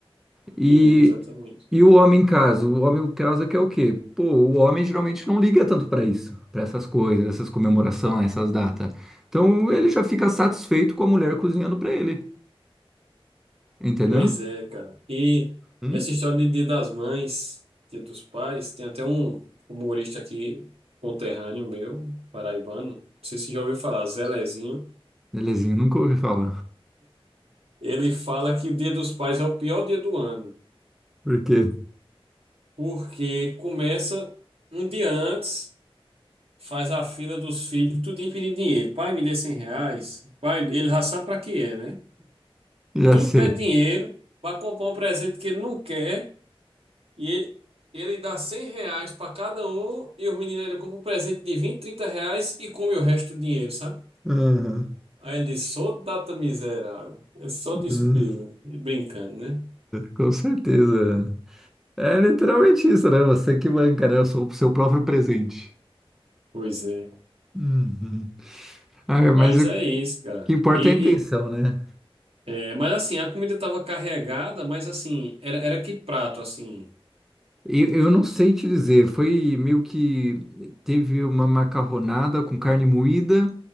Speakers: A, in the centre; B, on the right.
A: E,
B: sim, exatamente.
A: e o homem em casa? O homem em casa que é o quê? Pô, o homem geralmente não liga tanto para isso, para essas coisas, essas comemorações, essas datas. Então ele já fica satisfeito com a mulher cozinhando para ele, entendeu?
B: Pois é, cara. E
A: Hum?
B: essa história de Dia das Mães, Dia dos Pais, tem até um humorista aqui, conterrâneo meu, paraibano, não sei se já ouviu falar, Zé Lezinho.
A: Belezinho, nunca ouvi falar.
B: Ele fala que o Dia dos Pais é o pior dia do ano,
A: Por quê?
B: porque começa um dia antes, faz a fila dos filhos, tudo pedindo dinheiro. Pai, me dê 100 reais. Pai, ele já sabe pra que é, né?
A: Já
B: Tudo
A: sei.
B: pede dinheiro para comprar um presente que ele não quer. E ele dá 100 reais pra cada um e os meninos ele compra um presente de 20, 30 reais e come o resto do dinheiro, sabe?
A: Aham.
B: Aí ele disse, só data miserável, é só
A: Hum.
B: despesa. E brincando, né?
A: Com certeza. É literalmente isso, né? Você que banca, né? Eu sou o seu próprio presente.
B: Pois é.
A: Uhum. Ah, é,
B: Mas
A: mas o
B: é isso, cara.
A: que importa
B: E,
A: é a intenção, né?
B: e- é, mas assim, a comida tava carregada, mas assim, era, era que prato, assim?
A: Eu, eu não sei te dizer, foi meio que teve uma macarronada com carne moída